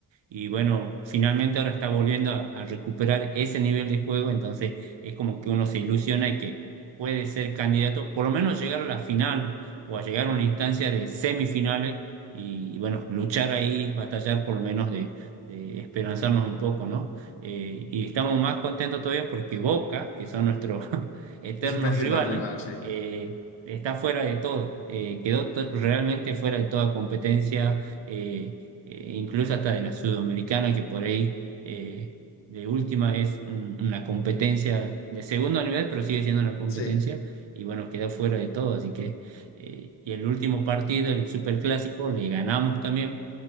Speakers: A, on the right; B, on the left.
A: Y bueno, finalmente ahora está volviendo a, a recuperar ese nivel de juego, entonces es como que uno se ilusiona y que puede ser candidato, por lo menos llegar a la final o a llegar a una instancia de semifinales y, y bueno, luchar ahí, batallar por lo menos de, de esperanzarnos un poco, ¿no? Eh, y estamos más contentos todavía porque Boca, que son nuestros <laughs> eternos
B: Es el principal
A: rivales,
B: rival, sí.
A: eh, está fuera de todo, eh, quedó to- realmente fuera de toda competencia. eh, eh, incluso hasta de la sudamericana, que por ahí eh, de última es un- una competencia de segundo nivel, pero sigue siendo una competencia,
B: Sí,
A: y bueno, queda fuera de todo, así que, eh, y el último partido, el Superclásico, le ganamos también,